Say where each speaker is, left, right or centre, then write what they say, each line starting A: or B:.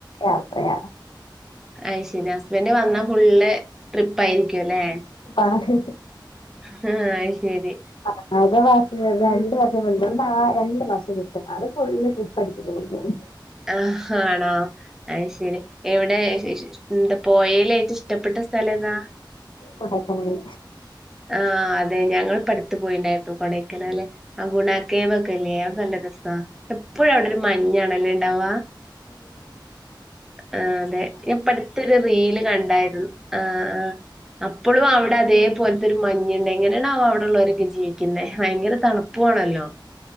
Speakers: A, on the left (about 80°); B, in the centre.
A: യാത്രയാ
B: ഐ ശെരി ഹസ്ബൻഡ് വന്നാ ഫുള്ള് ട്രിപ്പ് ആയിരിക്കുവല്ലേ
A: ആഹ്
B: ആഹ് ശേരി
A: <unintelligible> രണ്ട് വർഷം <unintelligible> ആ രണ്ടു മാസം കിട്ടും അത് ഫുള്ള് ട്രിപ്പ് അടിച്ച് തീർക്കും
B: ആഹ് ആണോ അയ് ശരി എവിടെ <unintelligible> എന്താ പോയേൽ ഏറ്റോം ഇഷ്ടപ്പെട്ട സ്ഥലം ഏതാ
A: കോടേക്കാനാലി
B: ആഹ് അതെ ഞങ്ങള് <unintelligible> പോയിണ്ടായിട്ടോ കൊടയ്ക്കനാല്ലെ ആഹ് ഗുണാക്കേവൊക്കേ ഇല്ലേ ആഹ് എപ്പഴും അവിടെ ഒരു മഞ്ഞാണല്ലേ ഇണ്ടവാ ആഹ് അതെ ഞാപ്പടുത്തൊരു റീല് കണ്ടായി ആഹ് ആഹ് അപ്പോളും അവടെ അതേ പോലെ ഇതൊരു മഞ്ഞുണ്ട് എങ്ങനെയാണാ ആവോ അവടെള്ളവരൊക്കെ ജീവിക്ക്ന്നോ ഭയങ്കര തണുപ്പും ആണല്ലോ